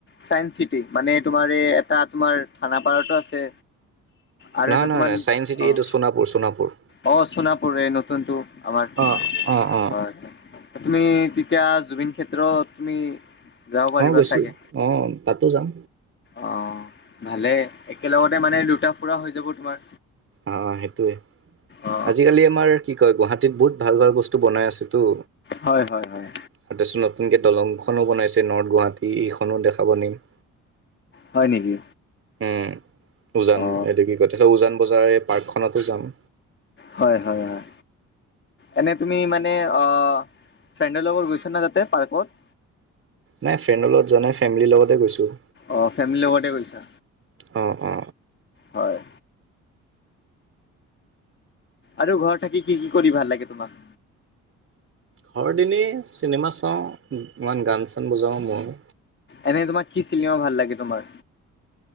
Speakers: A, on the left; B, on the right.
A: চাইন্স চিটি মানে তোমাৰ এই এটা তোমাৰ থানাপাৰতো আছে। আৰু
B: নহয়
A: এটা
B: নহয়,
A: তোমাৰ
B: চাইন্স চিটি
A: অ'
B: এইটো সোণাপুৰ, সোণাপুৰ।
A: অ' সোণাপুৰ এ নতুনটো আমাৰ
B: অ', অ', অ',
A: হয়। তুমি তেতিয়া জুবিন ক্ষেত্ৰত তুমি যাব পাৰিবা
B: অঁ, গৈছোঁ,
A: চাগে
B: অঁ তাতো যাম।
A: অ', ভালে একেলগতে মানে দুটা ফুৰা হৈ যাব তোমাৰ।
B: অ, সেইটোৱে।
A: অ
B: আজিকালি আমাৰ কি কয়? গুৱাহাটীত বহুত ভাল ভাল বস্তু বনাই আছোঁটো।
A: হয়, হয়, হয়।
B: তাৰপিছত নতুনকে দলংখনো বনাইছে, নৰ্থ-গুৱাহাটী এইখনো দেখাব নিম।
A: হয় নেকি?
B: উম, উজান
A: অ
B: এইটো কি কয়? তাৰপিছত উজান বজাৰ এই পাৰ্কখনতো যাম।
A: হয়, হয়, হয়। এনে তুমি মানে অ ফ্ৰেণ্ডৰ লগত গৈছা না, তাতে পাৰ্কত?
B: নাই ফ্ৰেণ্ডৰ লগত যোৱা নাই, ফেমিলিৰ লগতে গৈছোঁ।
A: অ', ফেমিলি লগত। তে গৈছা,
B: অ অ
A: হয়। আৰু ঘৰত থাকি কি কি কৰি ভাল লাগে তোমাক?
B: ঘৰত এনেই চিনেমা চাওঁ, ইমান গান-চান বজাওঁ মোৰ।
A: এনেই তোমাক কি চিনেমা ভাল লাগে তোমাৰ?